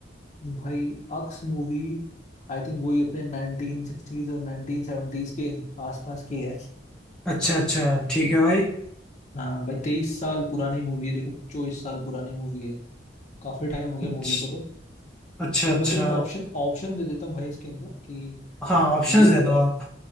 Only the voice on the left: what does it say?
भाई अक्स मूवी आई थिंक वही अपने 1960s और 1970s के आसपास की है
हाँ भाई तेईस साल पुरानी मूवी है देखो चौबीस साल पुरानी मूवी है काफी टाइम हो गया
मूवी को तो
तो
मैं तुमको ऑप्शन ऑप्शन दे देता हूँ भाई इसके अंदर कि
ये
ब-